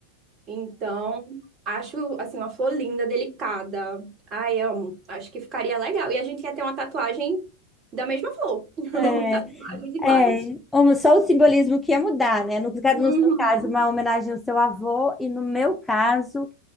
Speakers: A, on the right; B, in the centre.
A: Então, acho assim uma flor linda, delicada. Ai, amo. Acho que ficaria legal. E a gente ia ter uma tatuagem da mesma flor. <laughs>
B: É,
A: Tatuagens iguais.
B: é, é. Um- só o simbolismo que ia mudar, né? No, ca-
A: Uhum.
B: no seu caso, uma homenagem ao seu avô, e no meu caso,